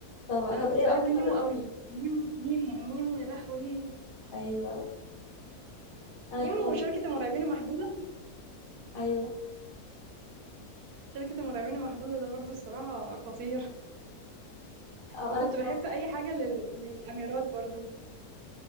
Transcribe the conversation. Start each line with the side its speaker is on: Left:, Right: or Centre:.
Left: طب
Right: أنا
Left: طب
Right: كنت
Left: ايه
Right: بحب
Left: اكتر
Right: نيمو قوي نيمو نيمو نيمو يا لهوي
Left: ايوه انا
Right: نيمو
Left: كمان
Right: وشركة المرعبين المحدودة
Left: ايوه
Right: شركة المرعبين المحدودة ده برضو الصراحة خطير
Left: اه
Right: وكنت
Left: انا كمان
Right: بحب أي حاجة لل... للأميرات برضو